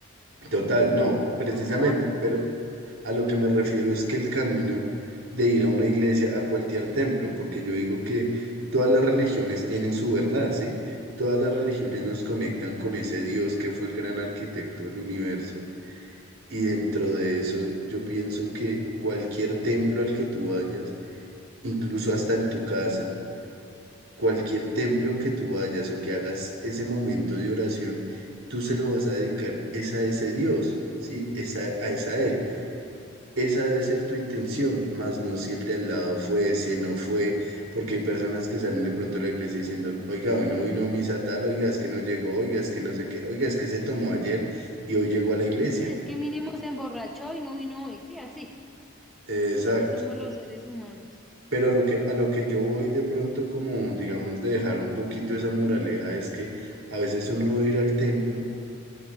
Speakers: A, on the right (about 70°); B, in the centre.
A: total,
B: no,
A: no, precisamente.
B: no, uno va por uno.
A: Pero A lo que me refiero es que el camino de ir a una iglesia, a cualquier templo, porque yo digo que todas las religiones tienen su verdad, ¿sí? Todas las religiones nos conectan con ese Dios que fue el gran arquitecto del universo. Y dentro de eso, yo pienso que cualquier templo al que tú vayas, incluso hasta en tu casa, cualquier templo que tú vayas o que hagas ese momento de oración, tú se lo vas a dedicar es a ese Dios, ¿sí? Es a, a, es a Él. Esa debe ser tu intención, más no si el de al lado fue, si no fue, porque hay personas que salen de pronto de la iglesia diciendo, oiga, hoy no vino a misa tal, oiga, es que no llegó, oiga, es que no sé qué, oiga, es que se tomó ayer y hoy llegó a la iglesia.
B: Sí, es que mínimo se emborrachó y no vino hoy, sí, así.
A: Exacto.
B: Así somos los seres humanos.
A: Pero a lo que, a lo que yo voy de pronto como, digamos, de dejar un poquito esa moraleja es que a veces uno va a ir al templo